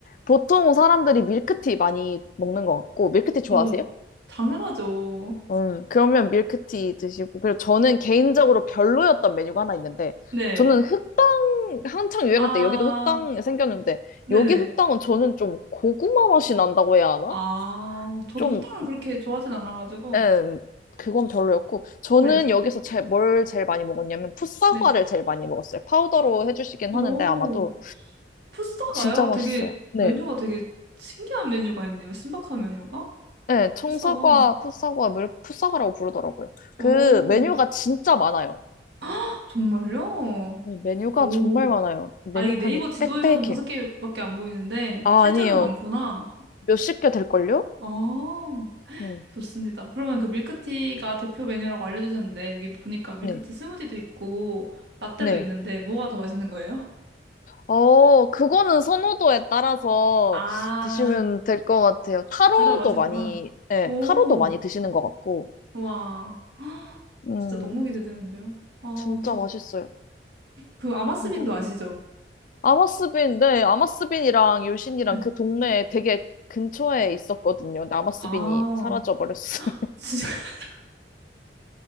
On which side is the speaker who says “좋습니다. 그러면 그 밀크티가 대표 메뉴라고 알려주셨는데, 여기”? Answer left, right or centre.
Right